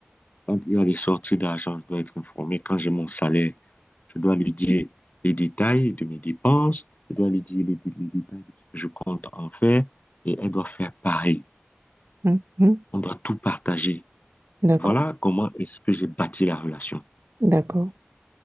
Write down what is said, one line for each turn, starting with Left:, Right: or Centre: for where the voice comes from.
Left: Quand il y a des sorties d'argent, je dois être informé. Quand j'ai mon salaire, je dois lui dire les détails de mes dépenses. Je dois lui dire les, dé- les détails de ce que je compte en faire. Et elle doit faire pareil.
Right: Mhm.
Left: On doit tout partager.
Right: D'accord.
Left: Voilà comment est-ce que j'ai bâti la relation.
Right: D'accord.